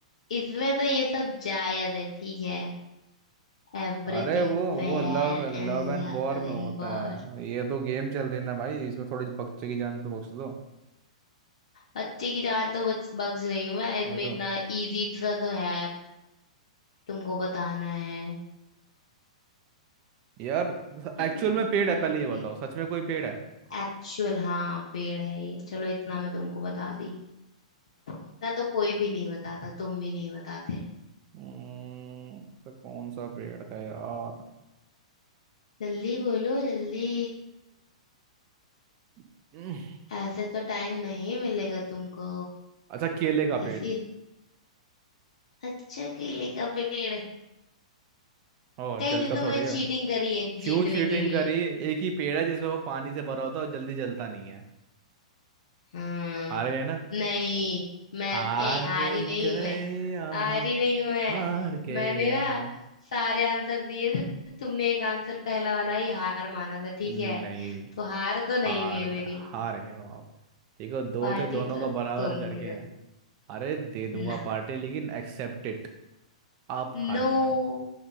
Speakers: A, on the left (about 60°); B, on the right (about 35°).
A: इसमें तो ये सब जायज है ठीक है everything
B: अरे वो
A: fair
B: वो लव
A: in
B: लव एंड
A: love
B: वॉर में होता
A: in war
B: है ये तो गेम चल रही है ना भाई इसमें थोड़ी बच्चे की जान तो बख्श दो
A: बच्चे की जान तो बच बख्श रही हूँ मैं इसमें
B: वही तो
A: इतना इजी सा तो है तुमको बताना है
B: यार एक्चुअल
A: इतना
B: में पेड़ है
A: इजी
B: पहले ये बताओ सच में कोई पेड़ है
A: एक्चुअल हाँ पेड़ है ये चलो इतना मैं तुमको बता दी इतना तो कोई भी नहीं बताता तुम भी नहीं बताते
B: हम्म, तो कौन सा पेड़ है यार
A: जल्दी बोलो जल्दी
B: हम्म।
A: ऐसे तो टाइम नहीं मिलेगा तुमको
B: अच्छा केले का
A: इसी
B: पेड़
A: अच्छा केले का पेड़
B: ओ
A: कहीं
B: जलता
A: से तुमने
B: थोड़े
A: चीटिंग
B: हो
A: करी है
B: क्यों
A: जीतने
B: चीटिंग
A: के लिए
B: करी एक ही पेड़ है जिसमें वो पानी से भरा होता है और जल्दी जलता नहीं है
A: हम्म
B: हार गए ना
A: नहीं मैं
B: हार
A: ए हारी नहीं
B: गए
A: हूं मैं
B: आप
A: हारी नहीं हूं मैं
B: हार गए
A: मैंने
B: आप
A: ना सारे आंसर दिए थे तुमने एक आंसर पहला वाला ही हार माना था ठीक
B: नहीं
A: है
B: जी
A: तो हार तो
B: हार
A: नहीं हुई है
B: गए
A: मेरी
B: हार गए हो आप ठीक है दो
A: पार्टी
B: थे दोनों
A: तो
B: का
A: तुम
B: बराबर करके
A: ही दोगी
B: हैं अरे दे दूंगा
A: ना
B: पार्टी लेकिन एक्सेप्ट इट आप
A: नो
B: हार गए हो